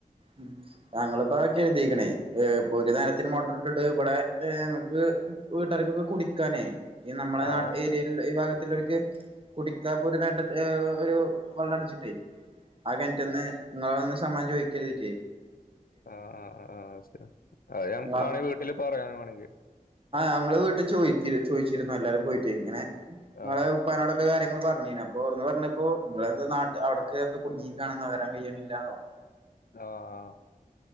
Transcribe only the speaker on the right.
ഉം ഞങ്ങിപ്പോ എഴുതിക്കണേ ഇപ്പൊ ഒരു നേരത്തിന് മോട്ടർ ഇട്ടിട്ട് ഇവിടെ ഞങ്ങക്ക് വീട്ടാർക്കൊക്കെ കുടിക്കാനേ ഈ നമ്മളെ
ഏരിയ ഈ ഭാഗത്തിക്ക് കു നേട്ട ഒരു വെള്ളം അടിച്ചിട്ടേ ആ കിണറ്റന്ന് ഇന്നാലൊന്നു സമമാം ചോദിക്കരുതിട്ടേ
ആ
ഞങ്ങള്ൾ വീട്ടിൽ ചോ ചോദിച്ചിരുന്നു എല്ലാരും പോയിട്ട് ഇങ്ങനെ
നിെ ഉപ്പാനോടൊക്കെ കാര്യങ്ങ പറഞ്ഞു പറ അപ്പ ഓറന്ന് പറഞ്ഞപ്പോ നിങ്ങെന്താ നാട്ട് അവിടെ കേത്ത കുടുങ്ങി കാണ വരാൻ കഴിയില്ലാന്നോ